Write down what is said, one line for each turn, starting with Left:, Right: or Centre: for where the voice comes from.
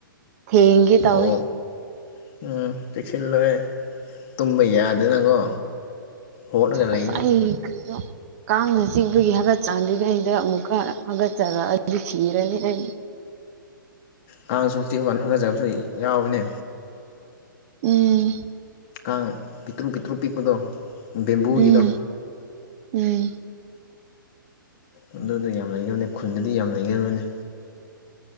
Right: ꯊꯦꯡꯒꯦ ꯇꯧꯋꯦ
Left: ꯑꯣ ꯎꯝ ꯆꯦꯛꯁꯤꯜꯂꯣꯍ‌ꯦ ꯇꯨꯝꯕ ꯌꯥꯗꯅꯀꯣ ꯍꯣꯠꯂꯒ ꯂꯩꯅꯤ
Right: ꯑꯁ ꯑꯩ ꯇꯜꯂꯤꯆꫭ ꯀꯥꯡꯅ ꯆꯤꯛꯄꯒꯤ ꯍꯥꯒꯠꯆꯥꯔꯉꯩꯁꯤꯗ ꯑꯃꯨꯛꯀ ꯍꯥꯒꯠꯆꯔꯛꯑꯗꯤ ꯁꯤꯔꯅꯤ ꯑꯩ
Left: ꯀꯥꯡꯁꯨ ꯆꯤꯛꯑꯀꯥꯟꯗ ꯍꯥꯒꯠꯆꯕꯁꯨ ꯌꯥꯎꯕꯅꯦ
Right: ꯎꯝ
Left: ꯀꯥꯡ ꯄꯤꯇ꯭ꯔꯨ ꯄꯤꯇ꯭ꯔꯨꯄꯤꯛꯄꯗꯣ ꯚꯦꯝꯕꯨꯨꯒꯤꯗꯣ
Right: ꯎꯝ ꯎꯝ
Left: ꯑꯗꯨꯗꯥ ꯌꯥꯝ ꯂꯩꯒꯜꯕꯅ‌ꯦ ꯈꯨꯟꯗꯗꯤ ꯌꯥꯝ ꯂꯩꯒꯟꯕꯅ‌ꯦ